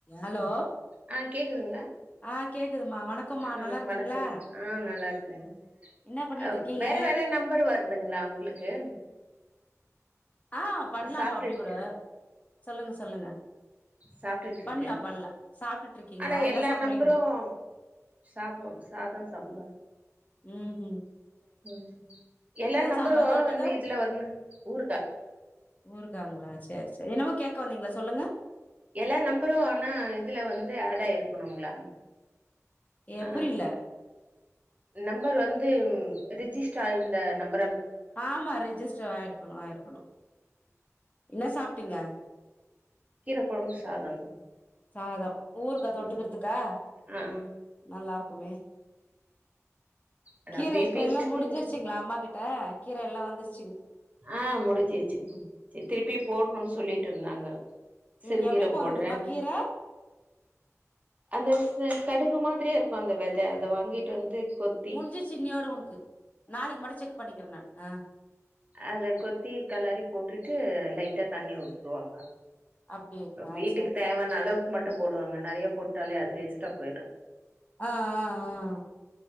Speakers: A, on the left; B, on the right.
A: hello
B: ஆ கேக்குதுங்களா
A: ஆ கேக்குதுமா வணக்கம்மா
B: ஆ
A: நல்லா இருக்கீங்களா
B: வணக்கம் ஆ நல்லாருக்கே
A: என்ன பண்ணிட்டு
B: அ
A: இருக்கீங்க
B: வேற வேற நம்பரு வருதுங்ளா உங்ளுக்கு
A: ஆஹ் பண்ணலாம்ப்பா
B: சாப்ட்டுட்டு
A: அப்படி கூட சொல்லுங்க சொல்லுங்க
B: சாப்பிட்டுட்டு இருக்கேன்
A: பண்லா பண்லா சாப்ட்டுட்டு இருக்கீங்களா
B: ஆனா
A: என்ன
B: எல்லா
A: சாப்பறீங்க
B: நம்பரும் சாப்பம் சாதம் சாம்பார்
A: உம்ஹீம்
B: ம் எல்லா நம்பரும்
A: சாம்பார் தொட்டுக்க
B: வந்து இதுல வரணும் ஊறுகா
A: ஊறுகாங்களா சேரி சேரி என்னவோ கேட்க வந்தீங்களா சொல்லுங்க
B: எல்லா நம்பரும் ஆனா இதுல வந்து ஆட் ஆயிருக்கணுங்களா
A: ஏ
B: ஆ
A: புரியல
B: நம்பர் வந்து ரிஜிஸ்ட் ஆ இந்த நம்பர்
A: ஆமா ரிஜிஸ்டர் ஆயிருக்கணும் ஆயிருக்கணும் என்ன சாப்ட்டீங்க
B: கீரக்குழம்பு சாதம்
A: சாதம் ஊறுகா தொட்டுக்கிறதுக்கா
B: ஆ ஆ
A: நல்லா இருக்குமே
B: ஆனா
A: கீர
B: பி
A: இப்ப
B: பி
A: எல்லாம்
B: இருக்கீது
A: முடிஞ்சிருச்சுங்களா அம்மா கிட்ட கீர எல்லாம் வந்துச்சு
B: ஆஹ் முடிஞ்சிச்சு திருப்பி போடணும்ன்னு சொல்லிட்டு இருந்தாங்க சிறுகீர
A: ம் எப்டி போடுறதுப்பா
B: போடுறேன்
A: கீர
B: அந்த கடுகுமா த்திர இருக்கும் அந்த வித அதை வாங்கிட்டு வந்து கொத்தி
A: முடிஞ்சுச்சு இன்னியோட உனக்கு நாளைக்கு மட்டும் செக் பண்ணிக்கிறேன் நான் ஆ
B: அத கொத்தி கலரி போட்டுட்டு லைட்டா தண்ணி ஊத்துவாங்க
A: அப்டிங்களா
B: வீட்டுக்கு
A: சேரி
B: தேவையான அளவுக்கு மட்டும் போடுவாங்க நிறைய போட்டாலே அது வேஸ்ட்டா போயிடும்
A: ஆஹ் ஆஹ் ஆஹ்